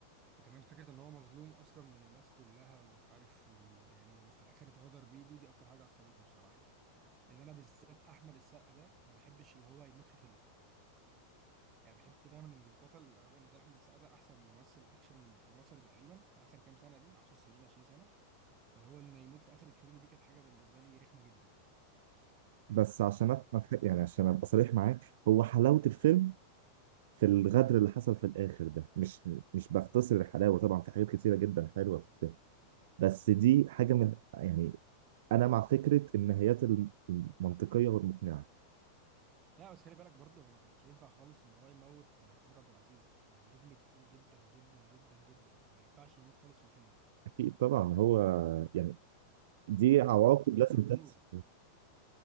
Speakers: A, on the right; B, on the right.
A: وكمان فكرة إن هو مظلوم أصلا من الناس كلها ومش عارف و- يعني وفي الآخر اتغدر بيه دي دي أكتر حاجة عصبتني بصراحة إن أنا بالذات أحمد السقا ده ما بحبش اللي هو يموت في فيلم يعني بحب دايما البطل أنا بالنسبة لي أحمد السقا ده أحسن ممثل أكشن في مصر تقريبا في آخر كام سنة دي 10 سنين 20 سنة فاللي هو إنه يموت في آخر الفيلم دي كانت حاجة بالنسبة لي رخمة جدا
B: بس عشان أت- ما تح- يعني عشان ابقى صريح معاك هو حلاوه الفيلم في الغدر اللي حصل في الاخر ده مش مش بختصر الحلاوه طبعا في حاجات كتيره جدا حلوه في الفيلم بس دي حاجه من يعني انا مع فكره النهايات الم- المنطقيه والمقنعه
A: لا بس خلي بالك برضه هو ما كانش ينفع خالص ان هو يموت محمود عبد العزيز يعني نجم تقيل جدا جدا جدا جدا ما ينفعش يموت خالص في الفيلم
B: اكيد طبعا هو يعني دي عواقب
A: عبد الملك
B: لازم
A: زرزور
B: تحصل